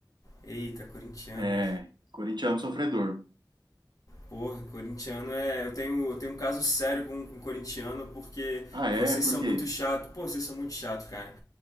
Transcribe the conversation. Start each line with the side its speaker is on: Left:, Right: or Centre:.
Left: Eita, corintiano.
Right: É, corintiano sofredor.
Left: Porra, corintiano é. Eu tenho, eu tenho um caso sério com, com corintiano porque
Right: Ah, é?
Left: vocês
Right: Por
Left: são
Right: quê?
Left: muito chato. Pô, vocês são muito chato, cara.